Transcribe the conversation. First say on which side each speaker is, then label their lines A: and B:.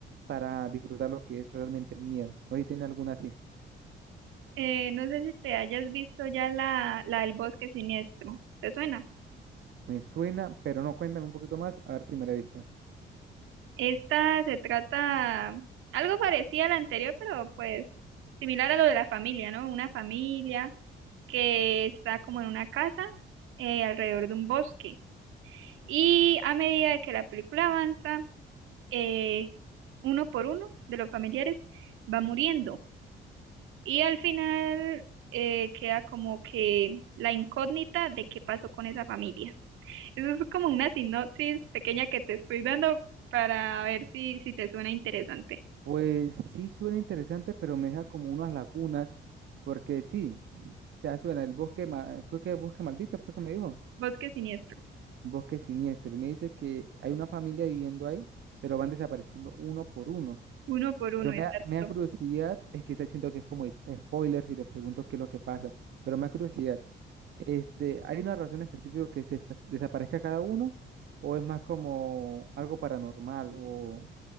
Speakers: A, on the right (about 65°); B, on the right (about 85°).
A: para disfrutar lo que es realmente el miedo. No sé si tiene alguna así.
B: Eh, no sé si te hayas visto ya la, la del bosque siniestro. ¿Te suena?
A: Me suena, pero no, cuéntame un poquito más, a ver si me la he visto.
B: Esta se trata algo parecida a la anterior, pero pues similar a lo de la familia, ¿no? Una familia que está como en una casa eh, alrededor de un bosque. Y a medida de que la película avanza, eh, uno por uno de los familiares va muriendo. Y al final eh, queda como que la incógnita de qué pasó con esa familia. Eso es como una sinopsis pequeña que te estoy dando para ver si, si te suena interesante.
A: Pues sí suena interesante, pero me deja como unas lagunas, porque sí, se suena el bosque, ma- eh, fue que bosque maldito, fue que me dijo,
B: Bosque siniestro,
A: bosque siniestro, y me dice que hay una familia viviendo ahí, pero van desapareciendo uno por uno.
B: uno por uno,
A: Pero
B: exacto.
A: me da, me da curiosidad, es que está diciendo que es como i- spoiler si le pregunto qué es lo que pasa, pero me da curiosidad, este, ¿hay una razón específica que se despa- desaparezca cada uno o es más como algo paranormal o,